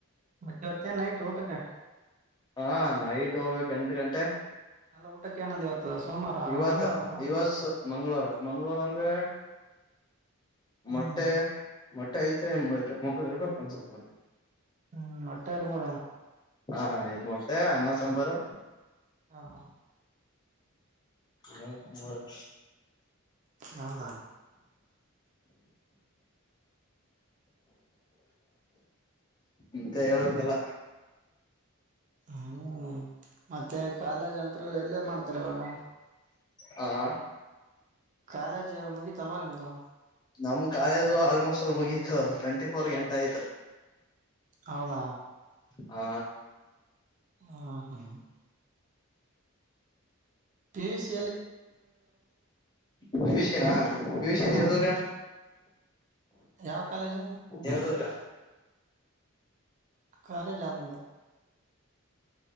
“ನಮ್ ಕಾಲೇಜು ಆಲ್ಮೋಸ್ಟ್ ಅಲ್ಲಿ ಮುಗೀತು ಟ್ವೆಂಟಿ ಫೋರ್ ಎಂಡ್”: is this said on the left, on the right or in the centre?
Left